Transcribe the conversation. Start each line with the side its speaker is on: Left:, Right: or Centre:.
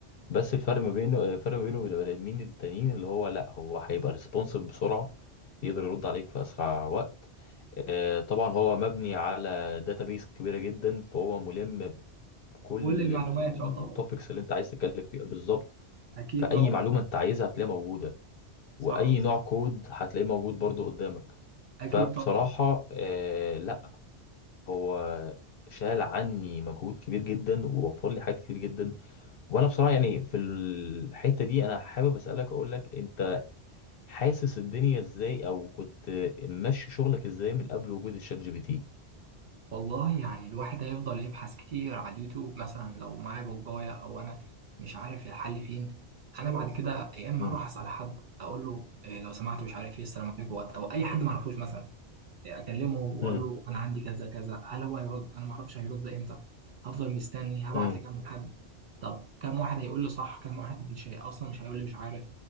Left: بس الفرق ما بينه الفرق ما بينه وبين البني آدمين التانيين اللي هو لأ هو هيبقى ريسبونسيف بسرعة يقدر يرد عليك في أسرع وقت آه، طبعا هو مبني على داتابيس كبيرة جدا فهو ملم بكل
Right: كل المعلومات
Left: التوبكس
Right: يعتبر
Left: اللي أنت عايز تتكلم فيها بالظبط
Right: اكيد
Left: فأي
Right: طبعا
Left: معلومة أنت عايزها هتلاقيها موجودة
Right: صح
Left: وأي
Right: صح
Left: نوع كود هتلاقيه موجود برضو قدامك
Right: اكيد
Left: فبصراحة
Right: طبعا
Left: آه، لا هو شال عني مجهود كبير جدا ووفر لي حاجات كتير جدا وانا بصراحه يعني في الحته دي انا حابب اسالك اقول لك انت حاسس الدنيا ازاي او كنت ماشي شغلك ازاي من قبل وجود الشات جي بي تي
Right: والله يعني الواحد هيفضل يبحث كتير على اليوتيوب مثلا لو معايا بجاية او انا مش عارف الحل فين انا بعد كده يا اما
Left: امم
Right: اروح اسال حد اقول له إيه لو سمحت مش عارف ايه السلام عليكم وات- او اي حد ما اعرفوش مثلا إيه اكلمه واقول
Left: امم
Right: له انا عندي كذا كذا هل هو هيرد انا ما اعرفش هيرد امتى هفضل مستني هبعت
Left: امم
Right: لكام حد طب كام واحد هيقول لي صح كام واحد مش هي... اصلا مش هيقول لي مش عارف